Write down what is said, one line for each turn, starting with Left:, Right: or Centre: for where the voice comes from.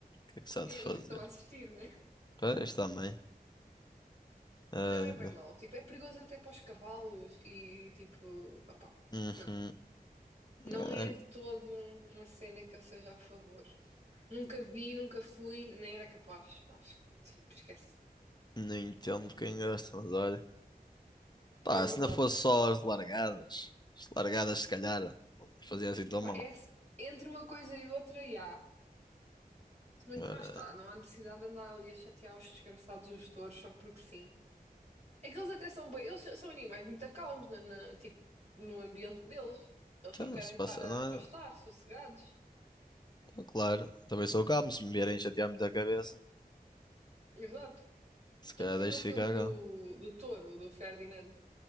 Left: O que é que se há de
Right: É,
Left: fazer?
Right: os que estão a assistir, né?
Left: Pois, também. Ah,
Right: Não é bem
Left: pá.
Right: mau. Tipo, é perigoso até para os cavalos e, tipo, opá.
Left: uhum.
Right: não. Não
Left: Ah,
Right: é de todo um- uma cena que eu seja a favor. Nunca vi, nunca fui, nem era capaz. Acho que tipo, esquece.
Left: não entendo quem gosta, mas olha. Pá,
Right: É verdade.
Left: se não fosse só as largadas. As largadas, se calhar, não faziam assim tão
Right: Epá,
Left: mal.
Right: é, s- entre uma coisa e outra, e há. Se bem
Left: Agora,
Right: que lá está, não há necessidade de andar ali a chatear os desgraçados dos touros só porque sim. É que eles até são bem, eles são animais muito calmos na, na- tipo, no ambiente deles. Eles
Left: então,
Right: só querem
Left: se passa,
Right: estar a
Left: não
Right: pastar,
Left: é?
Right: sossegados.
Left: Então, claro. Também sou calmo. Se me vierem chatear-me da cabeça,
Right: Exato.
Left: se calhar
Right: Já viste
Left: deixo
Right: aquele filme
Left: ficar
Right: do,
Left: calmo.
Right: do touro, do Ferdinand?